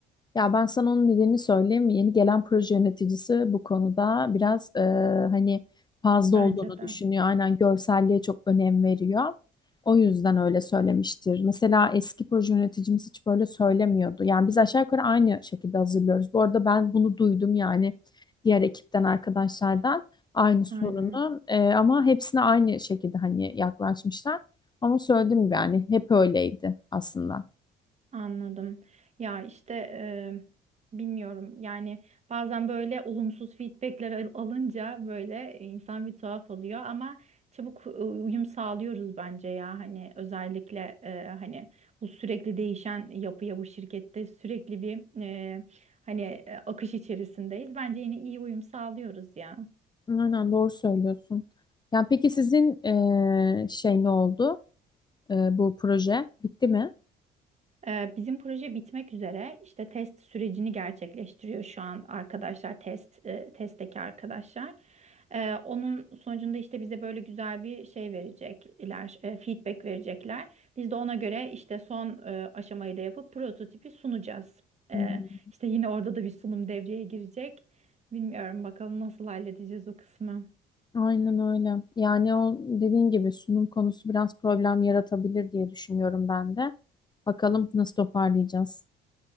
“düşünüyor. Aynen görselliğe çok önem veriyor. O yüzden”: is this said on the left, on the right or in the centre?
Left